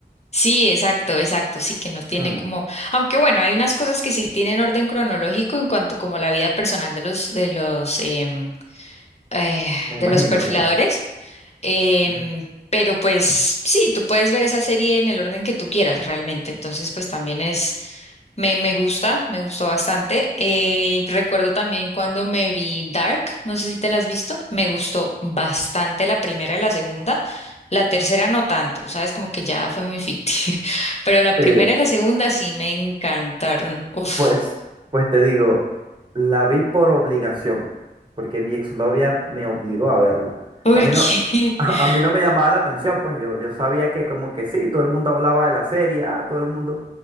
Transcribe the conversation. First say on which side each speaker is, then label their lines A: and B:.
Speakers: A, on the left; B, on the right.
A: sí, exacto, exacto, sí que no tiene
B: Mm,
A: como, aunque bueno, hay unas cosas que sí tienen orden cronológico en cuanto como a la vida personal de los, de los, em, eh,
B: me imagino,
A: de los perfiladores,
B: claro.
A: Em,
B: Mm.
A: pero pues sí, tú puedes ver esa serie en el orden que tú quieras realmente. Entonces, pues también es, me, me gusta, me gustó bastante. Eh, recuerdo también cuando me vi Dark, no sé si te la has visto, me gustó bastante la primera y la segunda. La tercera no tanto, sabes, como que ya fue muy ficticio. <laughs> Pero la primera
B: Sí,
A: y la segunda sí me encantaron. Uf,
B: Pues, pues te digo, la vi por obligación, porque mi exnovia me obligó a verla.
A: ¿por
B: A mí
A: qué?
B: no, <laughs> a,
A: <laughs>
B: a mí no me llamaba la atención, pues yo, yo sabía que como que sí, todo el mundo hablaba de la serie, ah, todo el mundo,